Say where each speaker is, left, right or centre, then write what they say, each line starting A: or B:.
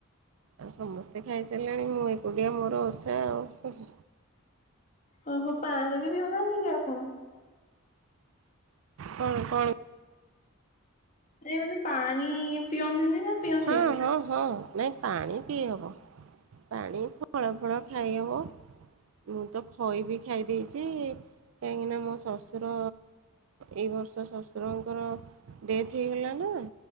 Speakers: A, on the right; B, on the left.
A: ଆଉ ସମସ୍ତେ ଖାଇସାରିଲେଣି ମୁଁ ଏକୁଟିଆ ମୋର ଓଷା ଆଉ।
B: ଓହୋ ପାଣି ବି ପିଉନାହାନ୍ତି କି ଆପଣ?
A: କଣ କଣ?
B: ଏ ମାନେ ପାଣି ପିଆନ୍ତିନି ନା? ପିଅନ୍ତି?
A: ହଁ ହଁ ହଁ ନାଇଁ ପାଣି ପିଇହବ। ପାଣି ଫଳ ଫଳ ଖାଇହବ। ମୁଁ ତ ଖଇ ବି ଖାଇ ଦେଇଛି। କାହିଁକିନା ମୋ ଶ୍ୱଶୁର ଏଇ ବର୍ଷ ଶ୍ୱଶୁରଙ୍କର ଡେଥ୍ ହେଇଗଲା ନା